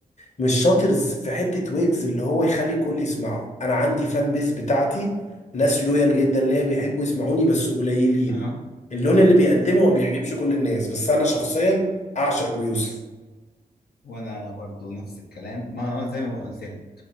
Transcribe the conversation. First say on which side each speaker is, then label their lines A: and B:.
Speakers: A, on the left; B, on the left.
A: مش شاطرز في حتة ويجز اللي هو يخلي الكل يسمعه انا عندي فان بيس بتاعتي ناس لويال جدا ليا بيحبوا يسمعوني بس قليلين
B: آه.
A: اللون اللي بيقدمه ما بيعجبش كل الناس بس انا شخصيا اعشق ابو يوسف
B: وانا برضو نفس الكلام ما هو زي ما قلت لك